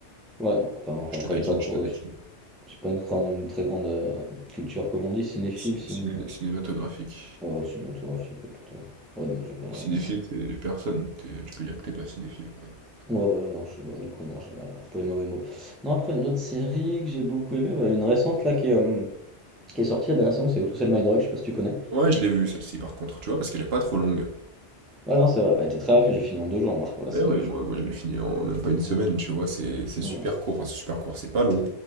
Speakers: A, in the centre; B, on the right.
A: Ouais non, pas- enfin
B: Je te
A: après
B: taquine,
A: j'ai pas cro-
B: je te taquine.
A: j'ai j'ai pas une, grande- une très grande euh, culture comme on dit, cinéphile,
B: Cin-
A: ciné...
B: ciné- cinématographique.
A: Oh, cinématographique quoi, plutôt. Ouais donc j'ai pas.
B: Cinéphile, c'est les personnes. T'es- tu peux dire que t'es pas cinéphile, par exemple.
A: Ouais, bah, non, je bah, du coup, non, j'ai mal employé le mauvais mot. Non, après, une autre série que j'ai beaucoup aimée, bah, une récente là qui est, euh, qui est sortie la dernière saison, c'est How to Sell My Dog, je sais pas si tu connais.
B: Ouais, je l'ai vue, celle-ci, par contre, tu vois, parce qu'elle est pas trop longue.
A: Ouais, non, c'est vrai, elle était très rapide, j'ai fini en deux jours, moi, je crois, la
B: Mais
A: série.
B: ouais,
A: je-
B: moi, moi je l'ai fini en même pas une semaine, tu vois. C'est c'est super
A: Hmm.
B: court. Enfin, c'est super court, c'est pas long.